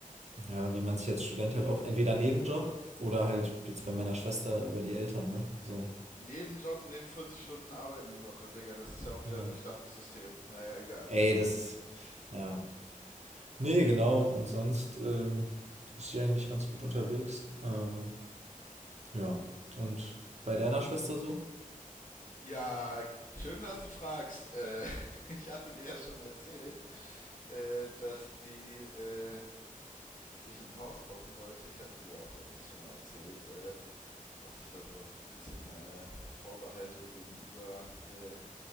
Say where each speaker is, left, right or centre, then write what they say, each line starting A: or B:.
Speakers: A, on the right; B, on the left.
A: Ja, wie man sich als Student halt auch entweder Nebenjob oder halt jetzt bei meiner Schwester über die Eltern, ne? So.
B: Nebenjob, neben 40 Stunden Arbeiten die Woche. Digga, das ist ja auch wieder
A: Ja.
B: ein durchdachtes System. Naja, egal.
A: Ey, das. Ja. Nee, genau. Und sonst ähm, ist sie eigentlich ganz gut unterwegs. Ähm, ja. Und bei deiner Schwester so?
B: Ja, schön, dass du fragst. Äh, <laughs> ich hatte dir ja schon erzählt, äh, dass die, äh, sich ein Haus kaufen wollte, ich hatte dir auch letztens schon mal erzählt, äh, dass ich da so ein bisschen meine Vorbehalte gegenüber äh,